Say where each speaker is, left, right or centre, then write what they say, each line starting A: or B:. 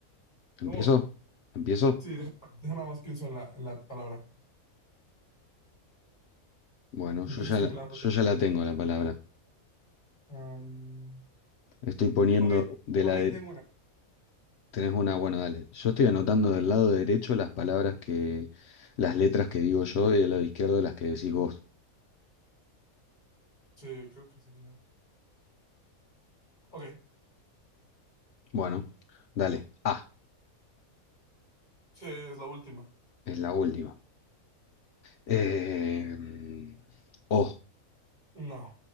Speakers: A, on the left (about 30°); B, on the left (about 55°).
A: ¿Cómo?
B: ¿Empiezo? ¿Empiezo?
A: Sí, deja, deja nada más pienso en la, en la palabra.
B: Bueno,
A: Empiezas
B: yo ya,
A: tú
B: la-
A: nada más.
B: yo ya la tengo la palabra.
A: Am,
B: Estoy poniendo
A: ok,
B: de
A: ok,
B: la... de-
A: tengo una.
B: Tenés una, bueno, dale. Yo estoy anotando del lado derecho las palabras que... las letras que digo yo y del lado izquierdo las que decís vos.
A: Sí, creo que sería. Ok,
B: Bueno, dale. A,
A: sí, es la última.
B: es la última. Eh, O,
A: No.